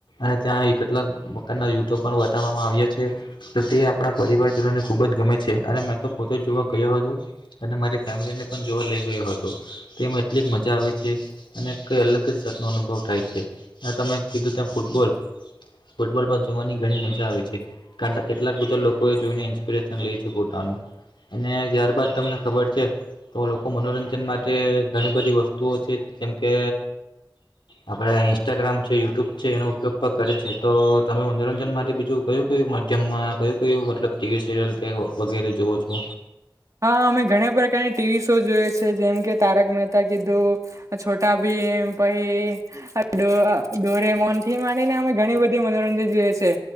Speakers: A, on the left; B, on the right.
A: અને ત્યાં કેટલાક પ્રકારના યુદ્ધો પણ બતાવવામાં આવ્યા છે તો તે આપણા પરિવારજનોને ખુબ જ. ગમે છે અને મેં તો પોતે જ જોવા ગયો હતો અને મારી ફેમિલીને પણ જોવા લઈ ગયો હતો તે એટલી મજા આવે છે અને કઈ અલગ જ જાતનો અનુભવ થાય છે. તમે કીધું તેમ ફૂટબોલ ફૂટબોલ પણ જોવાની ઘણી મજા આવે છે કેટલાક બા લોકો જોઈને ઇન્સ્પિરેશન લે છે પોોટાનું અને ત્યારબાદ તમને ખબર છે. તો લોકો મનોરંજન માટે ઘણી બધી વસ્તુઓ છે જેમ કે આપડે ઇન્સ્ટાગ્રામ છે યુટ્યુબ છે એનો ઉપયોગ પણ કરે છે તો તમે મનોરંજન માટે બીજું કયું કેયું જમમાં ક્યુ ક્યુ મતલ ટીવી સિરિયલ કે વગેરે જોવો છો
B: હા અમે ઘણા પ્રકારની ટીવી શો જોઈએ છે જેમ કે તારક મહેતા કીધું છોટા ભીમ <unintelligible> ડોરેમૌન થી ને અમે ઘણી બધી મનોરંજન જોઈએ છે